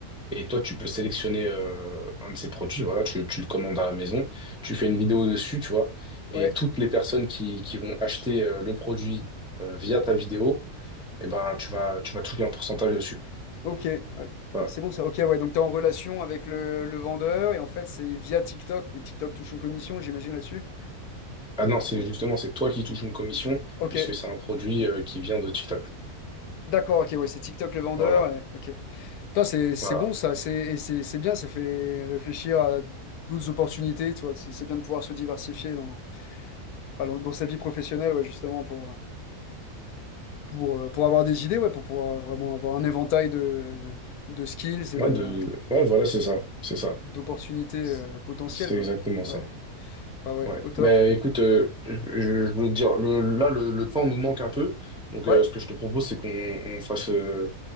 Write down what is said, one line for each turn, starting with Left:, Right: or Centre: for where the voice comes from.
Centre: Et toi, tu peux sélectionner euh, un de ces produits, voilà, tu, tu le commandes à la maison, tu fais une vidéo dessus, tu vois, et
Left: Ouais,
Centre: toutes les personnes qui, qui vont acheter euh, le produit euh, via ta vidéo, eh ben, tu vas, tu vas toucher un pourcentage dessus.
Left: ok. ouais.
Centre: Voilà.
Left: C'est bon ça. Ok, ouais. Donc, tu es en relation avec le, le vendeur et en fait, c'est via TikTok. Mais TikTok touche une commission, j'imagine, là-dessus.
Centre: Ah non, c'est
Left: Et-
Centre: justement, c'est toi qui touches une commission,
Left: Ok,
Centre: puisque c'est un produit euh, qui vient de TikTok.
Left: d'accord, ok. Ouais, c'est TikTok le vendeur.
Centre: Voilà,
Left: et- Ok. Putain, c'est c'est
Centre: voilà.
Left: bon ça. C'est et c'est c'est bien. Ça fait réfléchir à d'autres opportunités, tu vois. C'est c'est bien de pouvoir se diversifier dans, enfin, dans dans sa vie professionnelle, ouais, justement, pour. euh, pour, euh, pour avoir des idées, ouais, pour pouvoir vraiment avoir un éventail de, de skills et
Centre: Ouais,
Left: de,
Centre: de... ouais, voilà, c'est ça, c'est ça.
Left: d'opportunités
Centre: C'est
Left: euh, potentielles,
Centre: c'est
Left: quoi.
Centre: exactement ça.
Left: Ouais, ah ouais,
Centre: Ouais.
Left: au top.
Centre: Ben écoute, euh, je, je- je voulais te dire, le- là le, le temps nous manque un peu, donc
Left: Ouais,
Centre: euh, ce que je te propose c'est qu'on on fasse, euh,